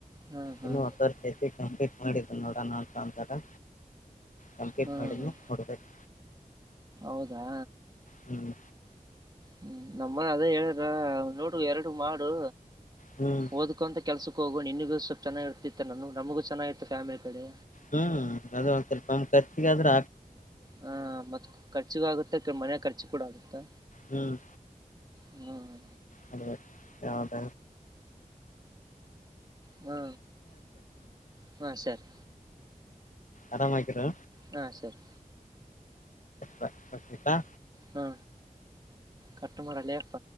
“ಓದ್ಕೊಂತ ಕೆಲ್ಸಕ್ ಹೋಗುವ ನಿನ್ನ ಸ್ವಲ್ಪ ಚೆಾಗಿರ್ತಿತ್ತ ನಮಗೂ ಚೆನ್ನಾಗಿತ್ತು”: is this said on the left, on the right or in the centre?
Right